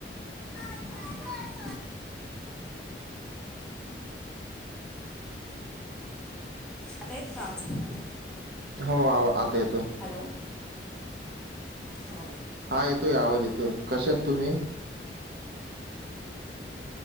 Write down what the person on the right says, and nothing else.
हो आवा आता येतोय.
हा येतोय आवाज येतोय कशा आहेत तुम्ही?